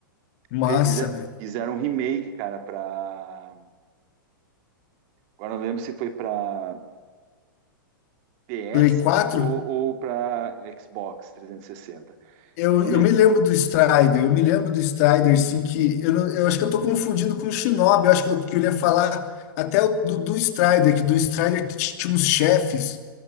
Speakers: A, on the left; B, on the right.
A: Massa,
B: Fe- fize-
A: né?
B: Fizeram um remake, cara, pra. Agora eu não lembro se foi pra PS
A: Play quatro
B: ou, ou pra Xbox 360.
A: Eu,
B: Eu não
A: eu
B: me...
A: me lembro do Strider, eu me lembro do Strider, sim, que eu, não- eu acho que eu tô confundindo com o Shinobi, eu acho que eu queria falar até o- do, do Strider, que do Strider t- tinha uns chefes